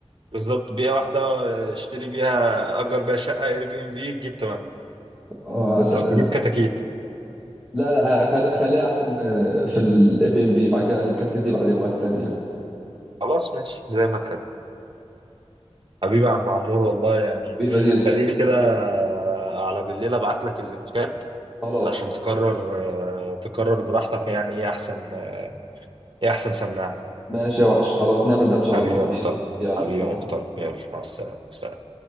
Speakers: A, on the right; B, in the centre.
A: بالظبط بيئة واحدة اشتري بيها أجر بيها شقة اير بي ام بي تجيب تمام
B: اه سلام
A: أو تجيب كتاكيت
B: لا لا خل... خليها احسن آه، في الاير بي ام بي بعد كده الكتكت دي بعدين وقت تاني يعني
A: خلاص ماشي زي ما تحب حبيبي يا عم عمور والله يعني
B: حبيبي يا زيزو
A: خليني كده على بالليل أبعت لك اللينكات
B: خلاص
A: عشان تقرر اه، تقرر براحتك يعني إيه أحسن اه، إيه أحسن سماعة
B: ماشي يا وحش خلاص نعمل ده ان شاء
A: حبيبي
B: الله حبيبي
A: يا محترم
B: يلا
A: حبيبي
B: مع
A: يا
B: السلامه
A: محترم يلا مع السلامة سلام.